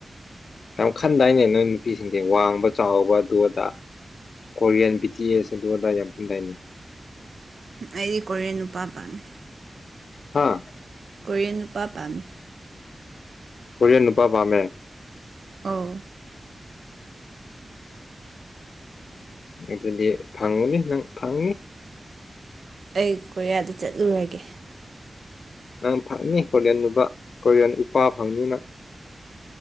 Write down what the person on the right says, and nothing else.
ꯑꯩꯗꯤ ꯀꯣꯔꯤꯌꯟ ꯅꯨꯄꯥ ꯄꯥꯝꯃꯤ
ꯀꯣꯔꯤꯌꯟ ꯅꯨꯄꯥ ꯄꯥꯝꯃꯤ
ꯑꯧ
ꯑꯩ ꯀꯣꯔꯤꯌꯥꯗ ꯆꯠꯂꯨꯔꯒꯦ